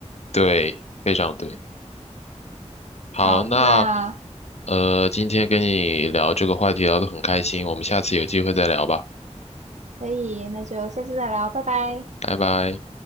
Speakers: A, on the left (about 60°); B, on the right (about 70°).
A: 对，非常对。好，
B: 好，
A: 那
B: 那
A: 呃，今天跟你聊这个话题聊得很开心，我们下次有机会再聊吧，
B: 可以，那就下次再聊，拜拜。
A: 拜拜。